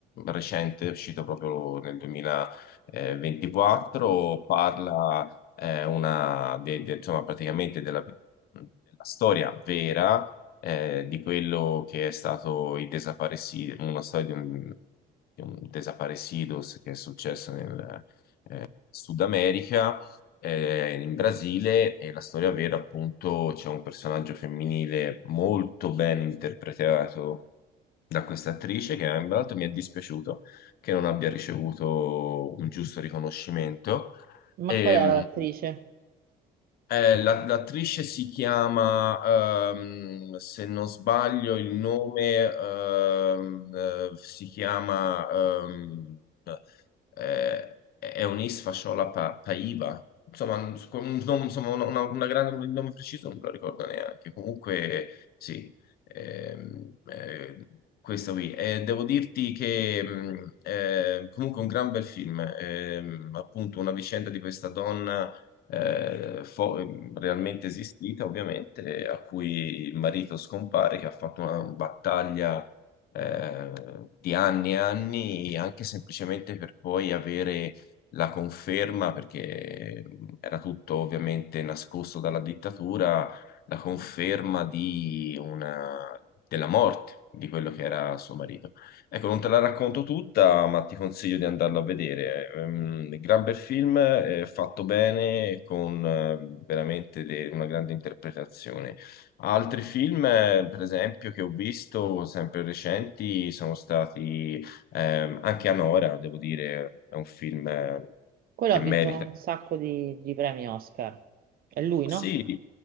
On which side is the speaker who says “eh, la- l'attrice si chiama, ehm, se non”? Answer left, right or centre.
Left